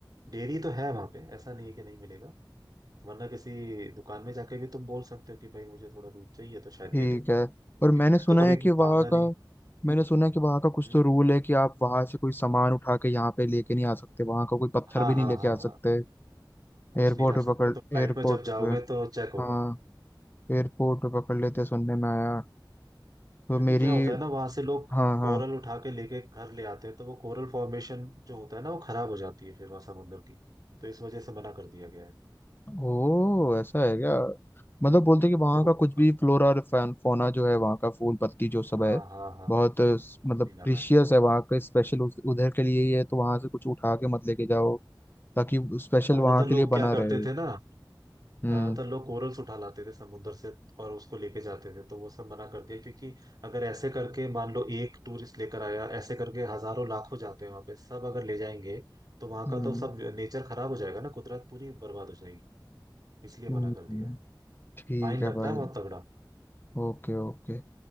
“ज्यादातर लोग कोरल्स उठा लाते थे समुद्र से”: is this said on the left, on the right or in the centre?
Right